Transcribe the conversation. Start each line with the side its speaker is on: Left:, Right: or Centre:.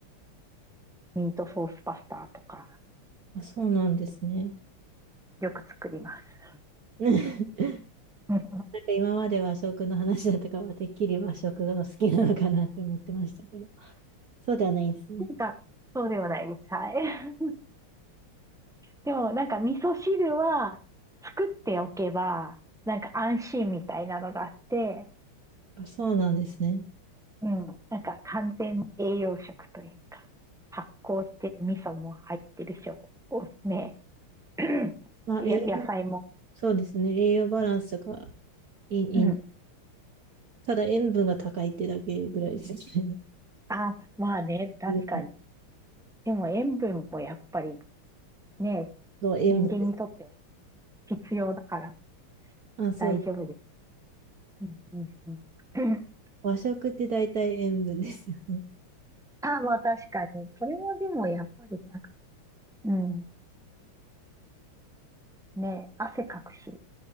Centre: ミートソースパスタとか、
Right: あ、そうなんですね。
Centre: よく作ります。
Right: <laughs>
Centre: <laughs> なん
Right: なんか今まで和食の話だとかは、てっきり和食がお好きなのかなって思ってましたけど、そうではないんですね。
Centre: か、そうではないです。はい。でもなんか味噌汁は作っておけば、なんか安心みたいなのがあって、
Right: あ、そうなんですね。
Centre: うん、なんか完全に栄養食というか、発酵してる味噌も入ってるし、おおね、<clears throat>
Right: まあ、
Centre: や、
Right: 栄養、
Centre: 野菜も。
Right: そうですね。栄養バランスがいい、いいんで
Centre: うん。
Right: ただ塩分が高いってだけぐらいですね。
Centre: あ、まあね、
Right: <laughs>
Centre: 確かに。
Right: 塩分
Centre: でも塩分もやっぱりね、
Right: そう塩分です。
Centre: 人間にとっては必要だから
Right: あ、そうです。
Centre: 大丈夫です。うんうんうん。
Right: 和食って大体塩分ですよね。
Centre: <clears throat> あ、まあ確かに。それはでもやっぱりなんか、うん。ね、汗かくし。